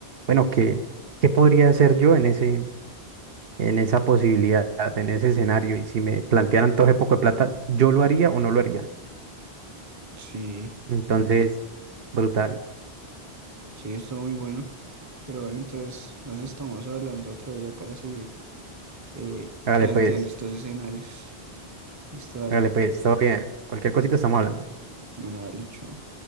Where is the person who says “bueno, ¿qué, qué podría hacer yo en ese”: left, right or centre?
Right